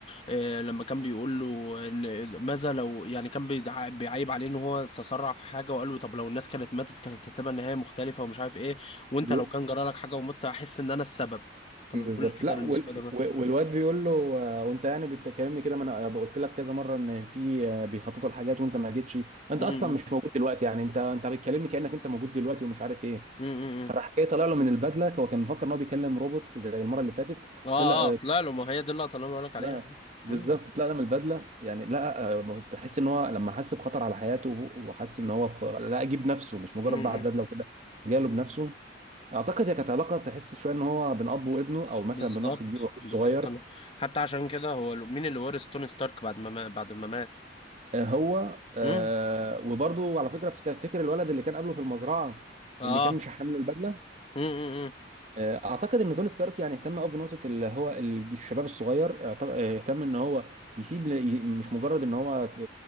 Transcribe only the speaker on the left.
آه، لما كان بيقول له ان ماذا لو يعني كان بيدع- بيعيب عليه ان هو تسرع في حاجة وقال له طب لو الناس كانت ماتت كانت هتبقى النهاية مختلفة ومش عارف ايه وانت
لو كان جرالك حاجة ومت احس ان انا السبب كان
بيقول كده
لسبايدر
مان
م-
م-
م- م-
م.
اه
اه طلع له ما هي دي اللقطة اللي انا بقولك عليها
مم.
امم
بالظبط
بالظبط
انا حتى عشان كده هو لو- مين اللي ورث توني ستارك بعد ما ما- بعد ما مات
امم
اه
امم